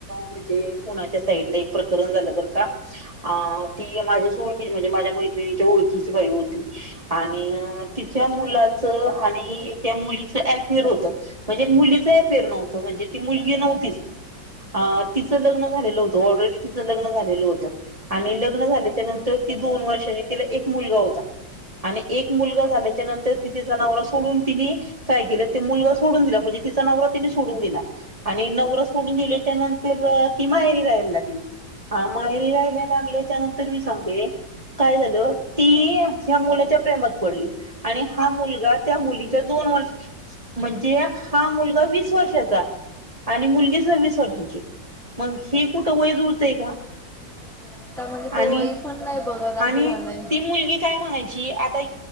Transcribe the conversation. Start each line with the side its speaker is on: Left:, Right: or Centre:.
Right: म्हणजे पुण्याच्या साईडला एक प्रकरण झालं बर का अ
Centre: हा
Right: ती माझ्या ओळखी म्हणजे माझ्या मैत्रिणीच्या ओळखीची बाई होती आणि तिच्या मुलाच आणि एका मुलीच अफेअर होतं म्हणजे मुलीच अफेयर नव्हतं म्हणजे म्हणजे ती मुलगी नव्हतीच अ
Centre: हा
Right: तिचं लग्न झालेलं होतं ऑलरेडी तिचं लग्न झालेलं होतं आणि लग्न झाल्याच्या नंतर त दोन वर्षानी तिला एक मुलगा होता आणि एक मुलगा झा त्यानंतर ति तिचा नवरा सोडून तिने काय केलं ते मुलगा सोडून दिला म्हणजे तिचा नवरा तिने सोडून दिला आणि नवरा सोडून दिले त्यानंतर ती माहेरी राहायला लागली हा माहेरी राहायला लागल्याच्या नंतर मी सांगते काय झालं ती ह्या मुलाच्या प्रेमात पडली आणि हा मुलगा त्या मुलीच्या दोन वर्ष म्हणजे हा मुलगा वीस वर्षाचा आणि मुलगी
Centre: हा
Right: सववीस वर्षाची मग
Centre: बापरे
Right: हे कुठं वय जूळतेय का
Centre: नाही आता म्हणजे ते
Right: आणि
Centre: वय पण नाही बघत
Right: आणि
Centre: असं झालंय
Right: ती मुलगी काय म्हणायची आता